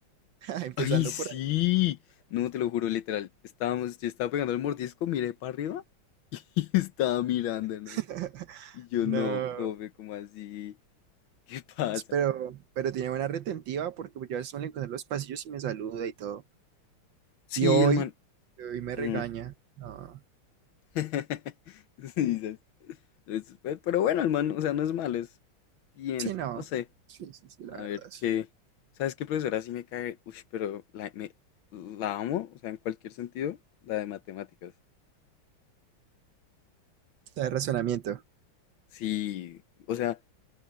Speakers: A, on the right; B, on the left.
A: <laughs> empezando
B: Ay, sí.
A: por ahí.
B: No, te lo juro, literal. Estábamos, yo estaba pegando el mordisco, miré para arriba <laughs> y estaba mirándonos.
A: <laughs>
B: Y yo,
A: No.
B: no, profe, ¿cómo así? ¿Qué pasa?
A: Pues, Pero, pero tiene buena retentiva porque pues, yo a veces me lo encuentro en los pasillos y me saluda y todo.
B: Sí,
A: Y hoy,
B: el man.
A: hoy me
B: mm.
A: regaña. No.
B: <laughs> Sí, ¿sabes? Es- pe- pero bueno, el man, o sea, no es malo, es bien,
A: Sí, no.
B: no sé.
A: Sí, sí, sí, la
B: A
A: verdad.
B: ver qué.
A: Sí.
B: ¿Sabes qué profesora sí me cae? Uy, pero la, me, la amo, o sea, en cualquier sentido, la de matemáticas.
A: de razonamiento.
B: Sí, o sea,